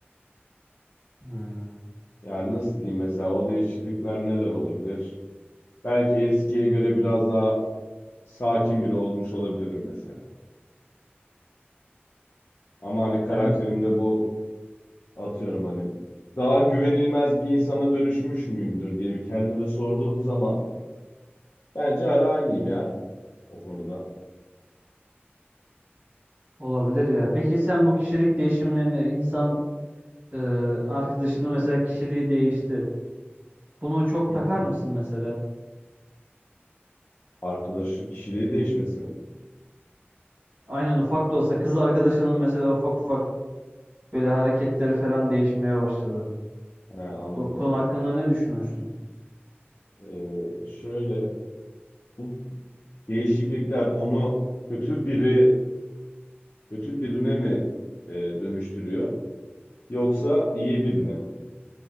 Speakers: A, on the right; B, on the left.
A: Hmm,
B: Yani nasıl diyeyim mesela o değişiklikler neler olabilir? Belki eskiye göre biraz daha sakin biri olmuş olabilirim mesela. Ama hani karakterimde
A: bence
B: bu atıyorum hani daha güvenilmez bir insana dönüşmüş müyümdür diye bir kendime sorduğum zaman bence hala aynıyım ya o konuda.
A: olabilir ya. Peki sen bu kişilik değişimlerine insan e, arkadaşının mesela kişiliği değişti. Bunu çok
B: Hı hı.
A: takar mısın mesela?
B: Arkadaşlık kişiliği değişmesi mi?
A: Aynen ufak da olsa kız arkadaşının mesela ufak ufak böyle hareketleri falan değişmeye başladı.
B: He, anladım.
A: Bu konu hakkında ne düşünürsün?
B: Ee, şöyle bu değişiklikler onu kötü biri kötü birine mi e, dönüştürüyor yoksa iyi birine mi?